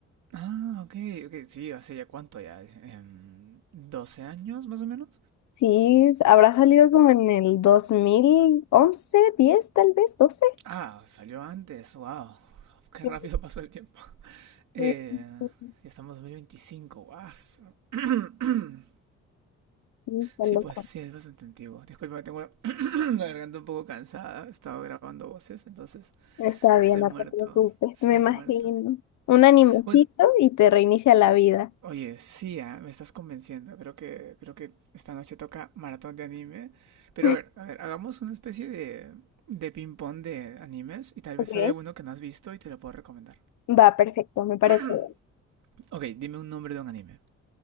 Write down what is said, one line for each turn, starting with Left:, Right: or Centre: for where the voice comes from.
Right: Ah, ok, ok. Sí, hace ya cuánto ya. em, ¿12 años más o menos?
Left: Sí, habrá salido como en el 2011, 10 tal vez, 12.
Right: Ah, salió antes. Wow. Qué
Left: Sí,
Right: rápido pasó el tiempo. Eh,
Left: sí, sí,
Right: ya estamos en 2025, guas. <clears throat>
Left: sí, está
Right: Sí,
Left: loco.
Right: pues sí, es bastante antiguo. Disculpa, tengo la, <clears throat> la garganta un poco cansada. He estado grabando voces, entonces
Left: Está
Right: estoy
Left: bien, no
Right: muerto.
Left: te preocupes,
Right: Sí,
Left: me imagino.
Right: muerto.
Left: Un animecito
Right: Bueno,
Left: y te reinicia la vida.
Right: oye, sí, ah, me estás convenciendo. Creo que, creo que esta noche toca maratón de anime. Pero
Left: <laughs>
Right: a ver, a ver, hagamos una especie de, de ping-pong de animes y tal
Left: Ok.
Right: vez sale alguno que no has visto y te lo puedo recomendar.
Left: Va, perfecto, me parece
Right: <clears throat>
Left: bien.
Right: Ok, dime un nombre de un anime.